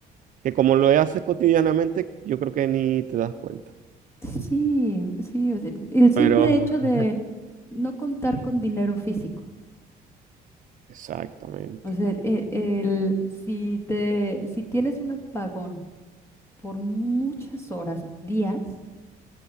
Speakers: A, on the right; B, on the left.
A: que como lo haces cotidianamente, yo creo que ni te das cuenta.
B: Sí, sí, o sea, el simple
A: Pero,
B: hecho
A: Mm.
B: de no contar con dinero físico.
A: exactamente,
B: O sea, e- el, si te, si tienes un apagón por muchas horas, días,